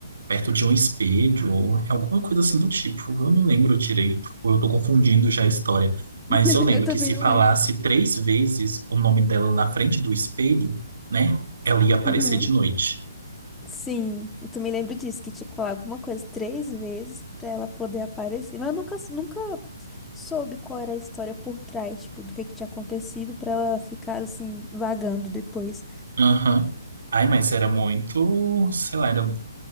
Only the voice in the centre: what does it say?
<laughs>
Eu também
não
lembro.
Uhum.
Sim, eu também lembro disso, que tinha que falar alguma coisa três vezes pra ela poder aparecer. Mas eu nunca, nunca soube qual era a história por trás, tipo, do que que tinha acontecido pra ela ficar assim, vagando depois.